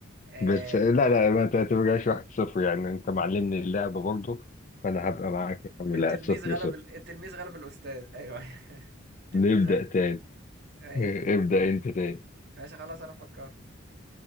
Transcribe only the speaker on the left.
بس لا لا ما تعتبرهاش واحد صفر يعني أنت معلمني اللعبة برضه فأنا هبقى معاك يا عم
لا صفر
صفر
نبدأ تاني
إيه، ابدأ انت تاني